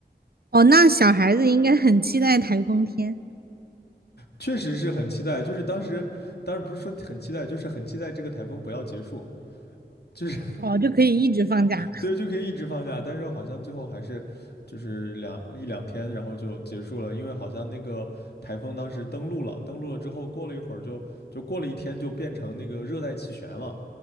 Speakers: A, on the right; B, on the left.
A: 哦，那小孩子应该很期待台风天。
B: 确实是很期待，就是当时，当然不是说很期待，就是很期待这个台风不要结束，就是
A: 哦，就可以一直放假。
B: 对，就可以一直放假，但是好像最后还是就是两一两天，然后就结束了，因为好像那个台风当时登陆了，登陆了之后过了一会儿就就过了一天就变成那个热带气旋了，